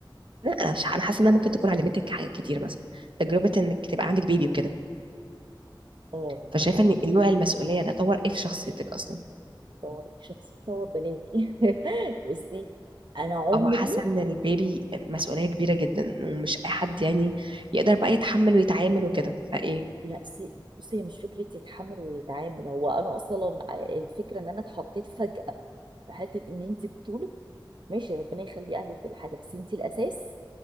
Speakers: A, on the right; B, on the right.
A: انا مش- أنا حاسة انها ممكن تكون علمتك حاجات كتير مثلا تجربة انك تبقى عندك بيبي وكده
B: اه
A: فشايفه ان نوع المسؤوليه ده طور ايه في شخصيتك اصلا
B: طور شخصية طور بلاوي <laughs> بصي انا عمري
A: او حاسه ان البيبي مسؤوليه كبيره جدا ومش اي حد يعني يقدر بقى يتحمل ويتعامل وكده فايه
B: لا سي- بصي هي مش فكره يتحمل ويتعامل هو انا اصلا الفكره ان انا اتحطيت فجاه في حته ان انت بتقولي ماشي ربنا يخلي اهلي وكل حاجه بس انت الاساس